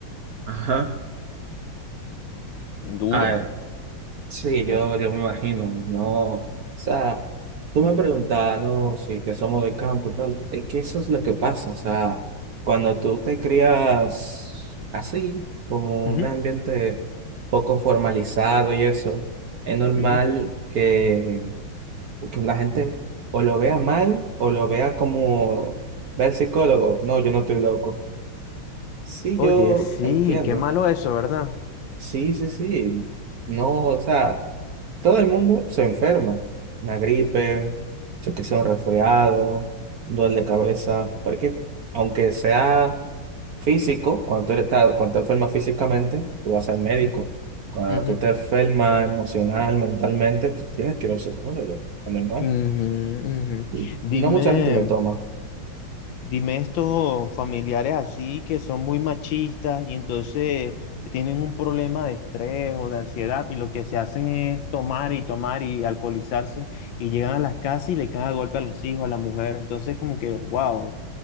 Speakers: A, on the right; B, on the left.
A: Ajá.
B: Duro.
A: Ah, Sí, yo, yo me imagino, no, o sea, tú me preguntabas, no, sí, que somos de campo y tal, es que eso es lo que pasa, o sea, cuando tú te crías así, como
B: Ujú,
A: un ambiente poco formalizado y eso, es normal
B: ujú.
A: que, que la gente o lo vea mal o lo vea como, ve al psicólogo, no, yo no estoy loco. Sí,
B: Oye,
A: yo
B: sí,
A: entiendo.
B: qué malo eso, ¿verdad?
A: Sí, sí, sí. No, o sea, todo el mundo se enferma. Una gripe, se que sea un resfriado, un dolor de cabeza. Porque aunque sea físico, cuando tú eres- ta- cuando te enfermas físicamente, tú vas al médico.
B: <laughs>
A: Cuando
B: Ujú,
A: tú te enfermas emocional, mentalmente, tú tienes que ir a un psicólogo, es normal.
B: ujú, ujú.
A: Y
B: Dime.
A: no mucha gente lo toma.
B: Dime estos familiares así que son muy machistas y entonces tienen un problema de estrés o de ansiedad y lo que se hacen es tomar y tomar y alcoholizarse y llegan a las casas y le caen a golpe a los hijos, a la mujer. Entonces como que, wow, o